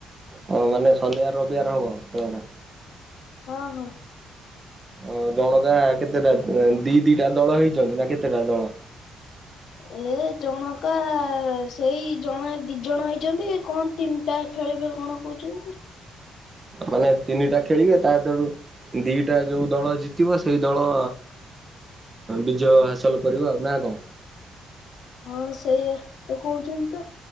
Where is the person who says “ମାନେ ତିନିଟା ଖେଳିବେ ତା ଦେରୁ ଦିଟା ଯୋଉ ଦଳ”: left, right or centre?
Right